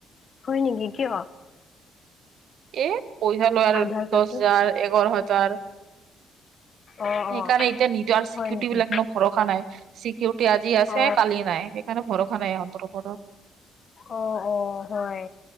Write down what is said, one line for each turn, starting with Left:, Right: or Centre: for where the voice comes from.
Left: হয় নেকি কিয়?
Right: এ পইচা লয় আৰু
Left: আধাৰ কাৰ্ডটো
Right: দছ হাজাৰ, এঘাৰ হাজাৰ।
Left: অ
Right: সেইকাৰণে
Left: অ
Right: এতিয়া নিদিও আৰু চিকিউৰিটিবিলাক
Left: হয় নেকি
Right: ন ভৰসা নাই চিকিউৰিটি আজি আছে,
Left: অ
Right: কালি নাই। সেইকাৰণে ভৰসা নাই ইহঁতৰ ওপৰত।
Left: অ, অ হয়।